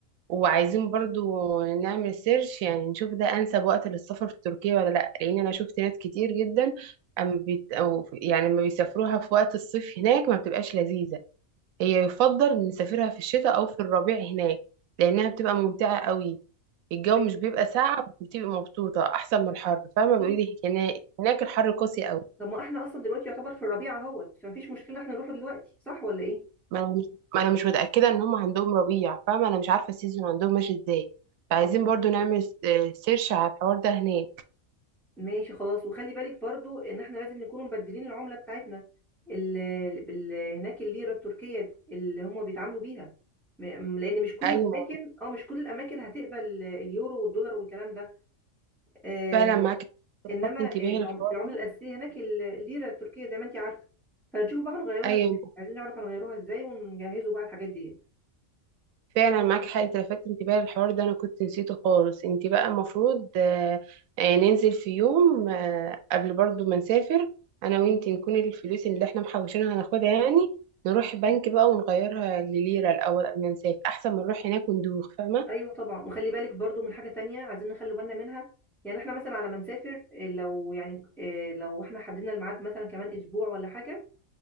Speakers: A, on the right; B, in the centre.
A: وعايزين برضو نعمل سيرش يعني نشوف ده انسب وقت للسفر في تركيا ولا لا لان انا شفت ناس كتير جدا أم بيت أو في- يعني لما بيسافروها في وقت الصيف هناك ما بتبقاش لذيذه هي يفضل نسافرها في الشتاء او في الربيع هناك لانها بتبقى ممتعه قوي الجو
B: طيب
A: مش بيبقى ساقع بس بتبقى مبسوطه احسن من الحر فاهمه بيقولي
B: طيب
A: هنا- هناك الحر قاسي قوي
B: طب ما احنا اصلا دلوقتي يعتبر في الربيع اهوت فمفيش مشكله احنا نروحه دلوقتي صح ولا ايه
A: ما انا مش ما أنا مش متاكده ان هم عندهم ربيع فاهمه انا مش عارفه السيزون عندهم ماشي ازاي فعايزين
B: اه
A: برضو نعمل س- سيرش على الحوار ده هناك
B: ماشي خلاص وخلي بالك برضو ان احنا لازم نكون مبدلين العملة بتاعتنا ال- بال- هناك الليرة التركية اللي هم بيتعاملوا بيها م- لان مش كل
A: ايوه
B: الاماكن اه مش كل الاماكن هتقبل اليورو والدولار والكلام ده آه
A: فعلا معاك حق،
B: انما
A: لفت انتباهي
B: آه، العم-
A: للحوار
B: العملة
A: ده
B: الاساسية هناك ال- الليرة التركية زي ما انت عارفة فنشوف بقى هنغيروها
A: ايوه
B: ازاي عايزين نعرف هنغيروها ازاي ونجهزوا بقى الحاجات دي
A: فعلا معاك حق إنت لفت انتباهي للحوار ده انا كنت نسيته خالص انت بقى المفروض آه، آه، ننزل في يوم آه، قبل برضو ما نسافر انا وانت نكون الفلوس اللي احنا محوشينها هناخدها يعني نروح بنك بقى ونغيرها لليرة الاول قبل ما نسافر احسن ما نروح هناك وندوخ فاهمه
B: ايوه طبعا وخلي بالك برضو من حاجه تانية عايزين نخلي بالنا منها يعني احنا مثلا على ما نسافر إيه، لو يعني إيه، لو احنا حددنا الميعاد مثلا كمان اسبوع ولا حاجه